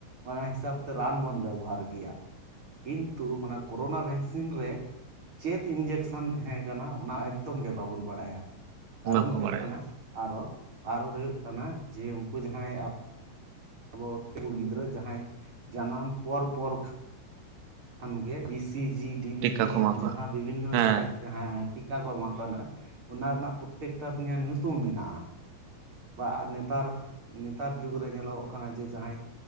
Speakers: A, on the right (about 30°); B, on the right (about 75°).
A: ᱚᱱᱟ ᱦᱤᱥᱟᱹᱵᱽ ᱛᱮ ᱨᱟᱱ ᱵᱚᱱ ᱵᱮᱵᱚᱦᱟᱨ ᱜᱮᱭᱟ᱾ ᱠᱤᱱᱛᱩ ᱚᱱᱟ ᱠᱳᱨᱳᱱᱟ ᱵᱷᱮᱠᱥᱤᱱ ᱨᱮ, ᱪᱮᱫ ᱤᱱᱡᱮᱠᱥᱮᱱ ᱛᱟᱦᱮᱸ ᱠᱟᱱᱟ, ᱚᱱᱟ ᱮᱠᱫᱚᱢ ᱜᱮ ᱵᱟᱵᱚᱱ ᱵᱟᱲᱟᱭᱟ᱾ ᱠᱟᱨᱚᱱ
B: ᱵᱟᱝᱠᱚ
A: ᱦᱩᱭᱩᱜ
B: ᱵᱟᱲᱟᱭᱟ
A: ᱠᱟᱱᱟ, ᱟᱨᱚ ᱟᱨᱚ ᱦᱩᱭᱩᱜ ᱠᱟᱱᱟ ᱡᱮ ᱩᱱᱠᱩ ᱡᱟᱸᱦᱟᱭ ᱟᱵᱚ ᱟᱵᱚ ᱩᱱᱠᱩ ᱜᱤᱫᱽᱨᱟᱹ ᱡᱟᱦᱟᱸᱭ ᱡᱟᱱᱟᱢ, ᱯᱚᱨ ᱯᱚᱨ ᱠᱷᱟᱱ ᱜᱮ B C G D B
B: ᱴᱤᱠᱟ
A: ᱴᱤ
B: ᱠᱚ ᱮᱢᱟ ᱠᱚᱣᱟ
A: ᱡᱟᱸᱦᱟ ᱵᱤᱵᱷᱤᱱᱱᱚ
B: ᱦᱮᱸ
A: ᱡᱮ ᱮᱠ ᱦᱮᱸ ᱴᱤᱠᱟ ᱠᱚ ᱮᱢᱟ ᱠᱚᱣᱟ ᱱᱚᱜᱼᱚᱭ, ᱚᱱᱟ ᱨᱮᱱᱟᱜ ᱯᱚᱛᱮᱠᱴᱟ ᱨᱮᱱᱟᱜ ᱧᱩᱛᱩᱢ ᱢᱮᱱᱟᱜᱼᱟ᱾ ᱵᱟ ᱱᱮᱛᱟᱨ, ᱱᱮᱛᱟᱨ ᱡᱩᱜᱽᱨᱮ ᱧᱮᱞᱚᱜ ᱠᱟᱱᱟ ᱡᱮ ᱡᱟᱦᱟᱸᱭ